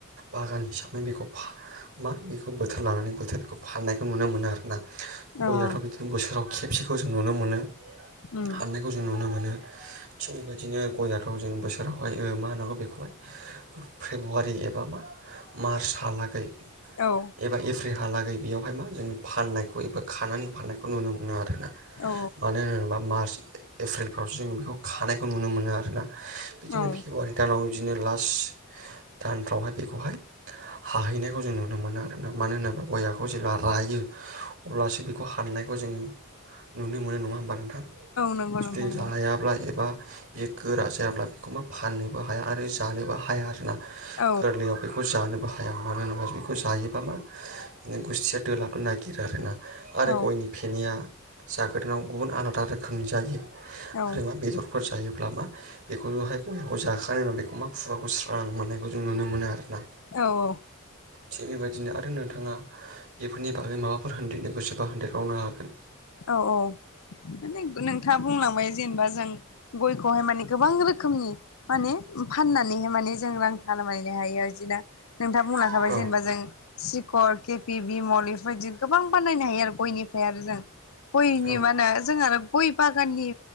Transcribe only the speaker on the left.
औ
उम
औ
औ
औ
नंगौ
नोंथां
औ
औ
औ
औ औ
औ औ माने नोंथाङा बुंलांबाय जेनेबा जों गयखौहाय माने गोबां रोखोमनि माने फाननानैहाय माने जों रां खालामायनो हायो इदिना नोंथाङा बुंलांखाबाय
जेनेबा जों सिखर केपि बिमल बेफोरबायदि गोबां बानायनायनो हायो आरो गयनिफ्राय आरो जों गयनि
मा होनो जों आरो गय बागाननि